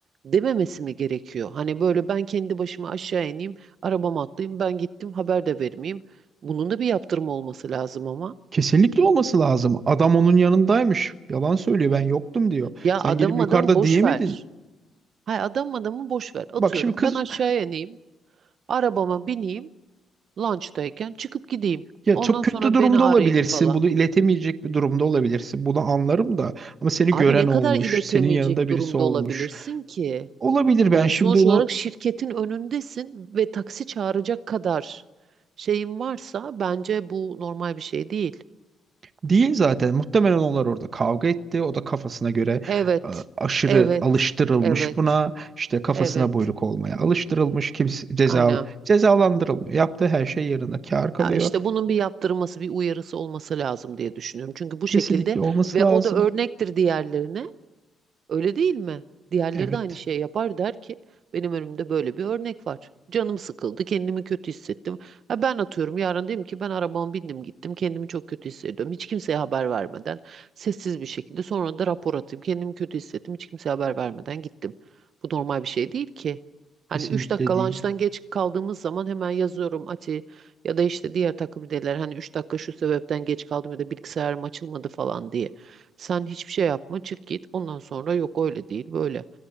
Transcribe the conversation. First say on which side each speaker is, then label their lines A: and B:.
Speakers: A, on the right; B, on the right.
A: dememesi mi gerekiyor? Hani böyle ben kendi başıma aşağı ineyim, arabama atlayayım, ben gittim haber de vermeyeyim. Bunun da bir yaptırım olması lazım ama.
B: Kesinlikle olması lazım. Adam onun yanındaymış. Yalan söylüyor ben yoktum diyor.
A: Ya
B: Sen
A: adam
B: gelip yukarıda
A: adam boş
B: diyemedin.
A: ver. Hay adam adamı boş ver. Atıyorum
B: Bak şimdi kız
A: ben aşağıya ineyim. Arabama bineyim. Lunch'tayken çıkıp gideyim.
B: ya
A: Ondan
B: çok kötü
A: sonra
B: durumda
A: beni arayın
B: olabilirsin.
A: falan.
B: Bunu iletemeyecek bir durumda olabilirsin. Bunu anlarım da ama seni
A: Abi
B: gören
A: ne kadar
B: olmuş,
A: iletemeyecek
B: senin yanında birisi
A: durumda
B: olmuş.
A: olabilirsin ki?
B: Olabilir ben
A: Yani
B: şimdi
A: sonuç
B: onu
A: olarak şirketin önündesin ve taksi çağıracak kadar şeyin varsa bence bu normal bir şey değil.
B: Değil zaten. Muhtemelen onlar orada kavga etti. O da kafasına göre
A: Evet.
B: e, aşırı
A: Evet.
B: alıştırılmış
A: Evet.
B: buna. işte kafasına
A: Evet.
B: buyruk olmaya alıştırılmış. Kimse ceza
A: Aynen.
B: cezalandırılmıyor. Yaptığı her şey yerine kâr kalıyor.
A: Ya işte bunun bir yaptırılması, bir uyarısı olması lazım diye düşünüyorum. Çünkü bu
B: Kesinlikle
A: şekilde
B: olması
A: ve
B: lazım.
A: o da örnektir diğerlerine. Öyle değil mi? Diğerleri
B: Evet.
A: de aynı şeyi yapar der ki benim önümde böyle bir örnek var. Canım sıkıldı, kendimi kötü hissettim. Ha ben atıyorum yarın dedim ki ben arabama bindim gittim, kendimi çok kötü hissediyorum. Hiç kimseye haber vermeden sessiz bir şekilde sonra da rapor atayım. Kendimi kötü hissettim, hiç kimseye haber vermeden gittim. Bu normal bir şey değil ki. Hani
B: Kesinlikle
A: 3 dakika
B: değil.
A: lunchtan geç kaldığımız zaman hemen yazıyorum Ati ya da işte diğer takım liderler hani 3 dakika şu sebepten geç kaldım ya da bilgisayarım açılmadı falan diye. Sen hiçbir şey yapma, çık git. Ondan sonra yok öyle değil, böyle.